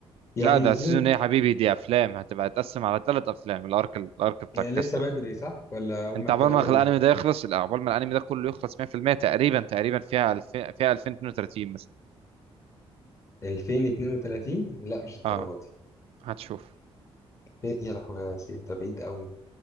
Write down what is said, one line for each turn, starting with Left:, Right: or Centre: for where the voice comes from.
Left: يعني
Right: لا ده
Left: السيزون
Right: السيزون ايه يا حبيبي دي افلام هتبقى تقسم على ثلاث افلام الارك الارك بتاع
Left: يعني
Right: الكاست
Left: لسه بدري صح ولا هم
Right: انت
Left: الثلاثه
Right: عقبال ما
Left: اللي
Right: الانمي ده يخلص لا، عقبال ما الانمي ده كله يخلص 100% تقريبا تقريبا فيها 2000 فيها 2032 مثلا
Left: جايين 2032 لا مش الدرجه
Right: اه
Left: دي
Right: هتشوف
Left: إيه، يا لهوي يا سيف ده بعيد قوي